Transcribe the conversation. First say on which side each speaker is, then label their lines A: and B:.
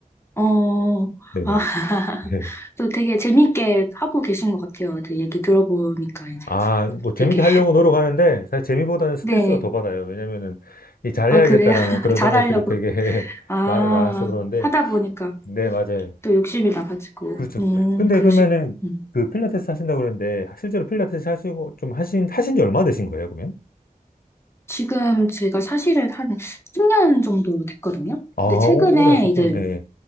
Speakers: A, on the left; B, on the left.
A: 어.
B: 네네.
A: 아, <laughs>
B: <laughs>
A: 또 되게 재밌게 하고 계신 것 같아요. 또 얘기 들어보니까 이제
B: 아, 뭐 재밌게
A: 되게.
B: 하려고 노력하는데 사실 재미보다는 스트레스가
A: 네.
B: 더 받아요. 왜냐면은 이 잘해야겠다라는
A: 아, 그래요? <laughs>
B: 그런
A: 잘하려고.
B: 생각들이 되게 <laughs>
A: 아,
B: 많, 많아서 그런데
A: 하다 보니까
B: 네, 맞아요.
A: 또 욕심이 나가지고.
B: 그렇죠.
A: 음,
B: 근데
A: 그러시고.
B: 그러면은
A: 음.
B: 그 필라테스 하신다고 그랬는데 실제로 필라테스 하시고 좀 하신 하신 지 얼마 되신 거예요, 그러면?
A: 지금 제가 사실은 한 10년 정도 됐거든요.
B: 아, 오,
A: 근데 최근에
B: 오래 하셨구나.
A: 이제,
B: 네.